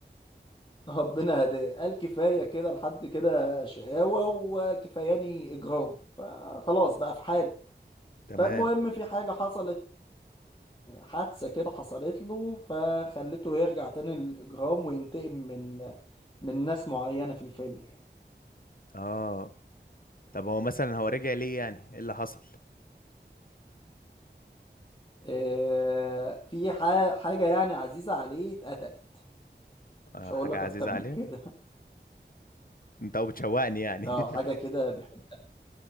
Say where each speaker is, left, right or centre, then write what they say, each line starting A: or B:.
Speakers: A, on the left; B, on the left.
A: ربنا هداه قال كفاية كده لحد كده شقاوة وكفاياني إجرام فخلاص بقى في حاله
B: تمام
A: فالمهم في حاجة حصلت حادثة كده حصلت له فخلته يرجع تاني للإجرام وينتقم من من ناس معينة في الفيلم يعني
B: اه طب هو مثلا هو رجع ليه يعني ايه اللي حصل
A: آه، في ح- حاجة يعني عزيزة عليه اتقتلت
B: آه
A: مش هقول
B: حاجة
A: لك
B: عزيزة
A: أكتر من
B: عليه
A: كده <laughs>
B: انت هو بتشوقني يعني
A: اه حاجة كده بيحب